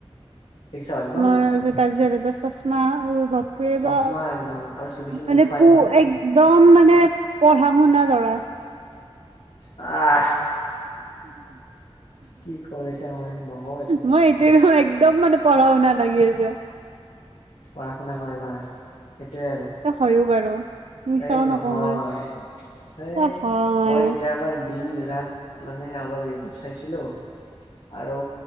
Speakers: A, on the left; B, on the right.
A: দেখিছ একদম
B: মোৰ তাৰপিছত এটা চশমা বাপৰে
A: চচমা
B: বাপ।
A: একদম আৰু চুলিখিনি
B: মানে
A: উঠোৱা একদম
B: পু একদম মানে পঢ়া শুনা ল'ৰা।
A: আহ। কি কম এতিয়া মই নকওঁ একো
B: মই। একদম মানে পঢ়া শুনা লাগি আছে।
A: পঢ়া শুনা কৰা ল'ৰা সেইটোৱে আৰু।
B: তই হয়ো বাৰু মিছাও
A: এই নহয়
B: নকওঁ মই
A: এই
B: তই হয়
A: মই তেতিয়া অকল। দিন ৰাত মানে অলপ ইউটিউব চাইছিলোঁ। আৰু